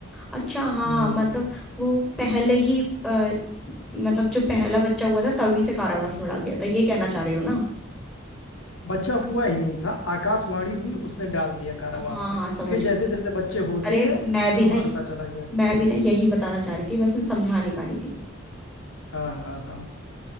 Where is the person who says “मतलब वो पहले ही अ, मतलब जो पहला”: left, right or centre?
Centre